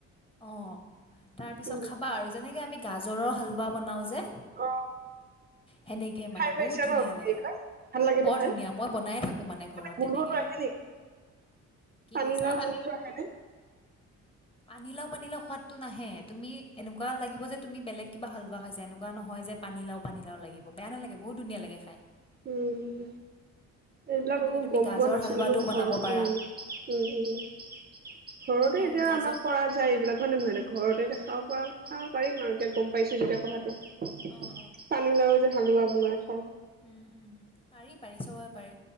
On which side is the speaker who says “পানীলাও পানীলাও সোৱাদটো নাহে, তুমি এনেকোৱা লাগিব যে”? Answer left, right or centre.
Left